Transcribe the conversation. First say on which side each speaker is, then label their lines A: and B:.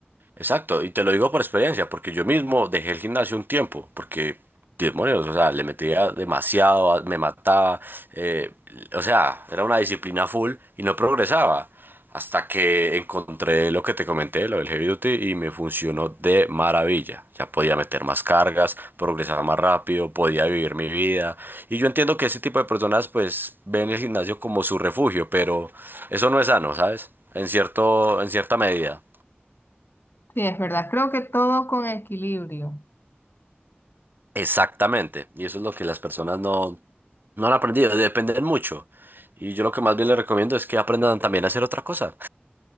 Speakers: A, on the right (about 55°); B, on the left (about 60°).
A: Exacto, y te lo digo por experiencia, porque yo mismo dejé el gimnasio un tiempo, porque demonios, o sea, le metía demasiado, a- me mataba, eh, o sea, era una disciplina full y no progresaba, hasta que encontré lo que te comenté, lo del heavy duty, y me funcionó de maravilla. Ya podía meter más cargas, progresaba más rápido, podía vivir mi vida, y yo entiendo que ese tipo de personas pues ven el gimnasio como su refugio, pero eso no es sano, ¿sabes? En cierto, en cierta medida.
B: Sí, es verdad, creo que todo con equilibrio.
A: Exactamente, y eso es lo que las personas no, no han aprendido, dependen mucho. Y yo lo que más bien les recomiendo es que aprendan también a hacer otra cosa.